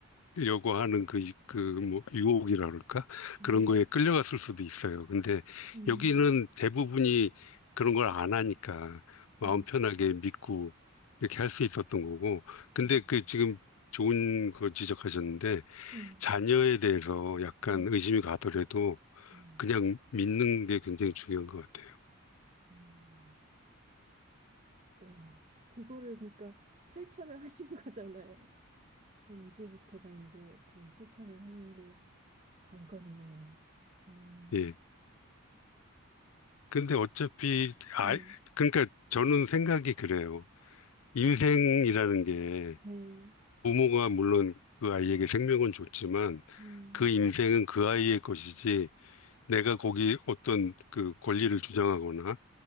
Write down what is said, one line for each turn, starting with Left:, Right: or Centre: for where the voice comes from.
Left: 요구하는 그, 그, 뭐, 유혹이라 그럴까?
Right: 음,
Left: 그런 거에 끌려갔을 수도 있어요. 근데
Right: 음,
Left: 여기는 대부분이 그런 걸 안 하니까
Right: 네.
Left: 마음 편하게 믿고 이렇게 할 수 있었던 거고. 근데
Right: 어,
Left: 그 지금 좋은 거 지적하셨는데
Right: 음,
Left: 자녀에 대해서 약간
Right: 네.
Left: 의심이 가더라도
Right: 예.
Left: 그냥 믿는 게 굉장히 중요한 것 같아요.
Right: 음, 와, 그거를 그러니까 실천을 하신 <laughs> 거잖아요. 전 이제부터가 이제 그 실천을 하는 게 관건이네요. 음,
Left: 예. 근데 어차피, 아,
Right: 네,
Left: 그러니까 저는 생각이 그래요. 인생이라는 게
Right: 네,
Left: 부모가 물론 그 아이에게 생명은 줬지만
Right: 음,
Left: 그 인생은 그 아이의 것이지 내가 거기 어떤 그 권리를 주장하거나